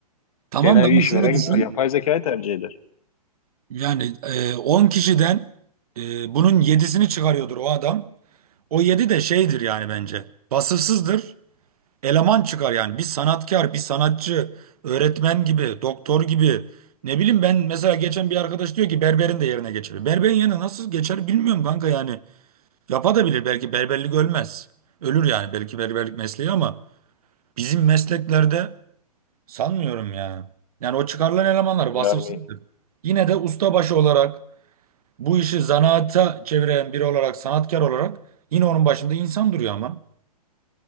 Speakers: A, on the right; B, on the left.
A: tamam
B: Genel
A: da
B: bir
A: ama
B: işveren
A: şöyle düşün.
B: yapay zekayı tercih eder.
A: Yani e, 10 kişiden e, bunun yedisini çıkarıyordur o adam. O 7 de şeydir yani bence. Vasıfsızdır. eleman çıkar yani. Bir sanatkar, bir sanatçı, öğretmen gibi, doktor gibi. Ne bileyim ben mesela geçen bir arkadaş diyor ki berberin de yerine geçer. Berberin yerine nasıl geçer bilmiyorum kanka yani. yapabilir belki berberlik ölmez. Ölür yani belki berberlik mesleği ama bizim mesleklerde sanmıyorum ya. Yani o çıkarılan elemanlar vasıfsızdır.
B: Yani
A: Yine de ustabaşı olarak bu işi zanaata çeviren biri olarak, sanatkar olarak yine onun başında insan duruyor ama.